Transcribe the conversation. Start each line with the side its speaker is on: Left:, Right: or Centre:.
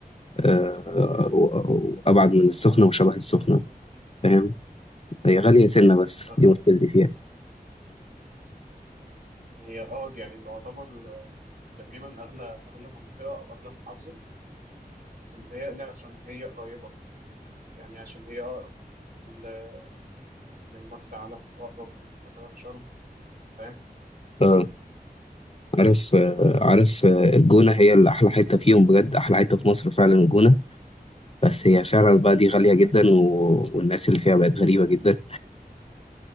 Left: آه، و- وابعد من السخنه وشبه السخنه فاهم هي غاليه سنه بس
Right: آه.
Left: دي مشكلتي فيها
Right: هي اه دي يعني تعتبر آه، تقريبا اغلى اغلى منطقه او اغلى محافظه بس متهيألي عشان هي قريبه يعني عشان هي اقرب ل- من مرسى علم واقرب من مثلا شرم فاهم
Left: اه عارف آه، عارف آه، الجونة هي اللي أحلى حتة فيهم بجد أحلى حتة في مصر فعلا الجونة بس هي فعلا بقى دي غالية جدا و... والناس اللي فيها بقت غريبة جدا